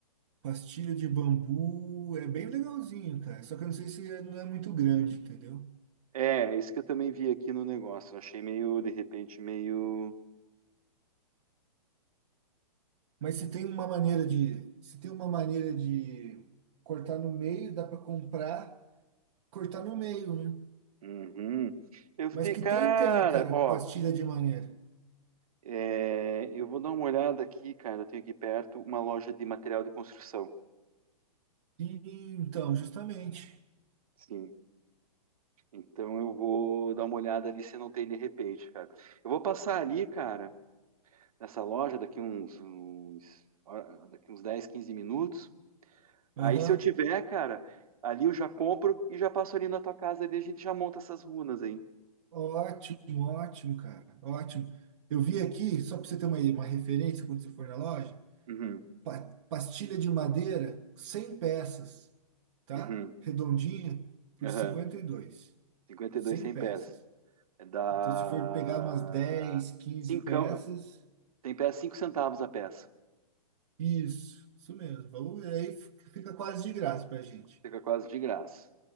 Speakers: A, on the right; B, on the right.
A: pastilha de bambu é bem legalzinho, cara. Só que eu não sei se é- não é muito grande, entendeu?
B: É, isso que eu também vi aqui no negócio. Eu achei meio, de repente, meio.
A: Mas se tem uma maneira de, se tem uma maneira de cortar no meio, dá pra comprar, cortar no meio, né?
B: Uhum. Eu fiquei,
A: Mas que
B: cara,
A: tem, tem, cara,
B: ó,
A: pastilha de maneira.
B: é, eu vou dar uma olhada aqui, cara. Eu tenho aqui perto uma loja de material de construção.
A: Sim, então, justamente.
B: Sim. Então eu vou dar uma olhada ali se não tem de repente, cara. Eu vou passar ali, cara, nessa loja daqui uns, uns, hora- daqui uns 10 15 minutos.
A: Aham.
B: Aí se eu tiver, cara, ali eu já compro e já passo ali na tua casa e a gente já monta essas runas aí.
A: Ótimo, ótimo, cara. Ótimo. Eu vi aqui, só para você ter uma, uma referência quando você for na loja,
B: Uhum.
A: pa- pastilha de madeira, 100 peças, tá?
B: Uhum.
A: Redondinha, por
B: Aham.
A: 52.
B: 52,
A: 100
B: 100
A: peças.
B: pés. É da.
A: Então, se for pegar umas 10, 15
B: Cincão...
A: peças,
B: Tem pé 5 centavos a peça.
A: isso, isso mesmo. Ou- Aí fica quase de graça pra gente.
B: Fica quase de graça.